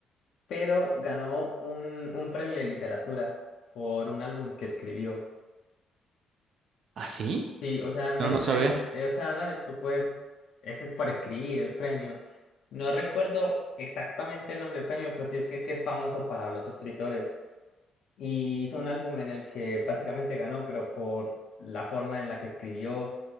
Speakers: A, on the left; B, on the right.
A: pero ganó un, un premio de literatura por un álbum que escribió.
B: ¿Ah, sí?
A: Sí, o sea, en
B: No,
A: vez
B: no sabía.
A: de, eh, o sea, dale, tú puedes, ese es por escribir el premio. No recuerdo exactamente el nombre del premio, pero sí sé que es famoso para los escritores. Y hizo un álbum en el que básicamente ganó, pero por la forma en la que escribió.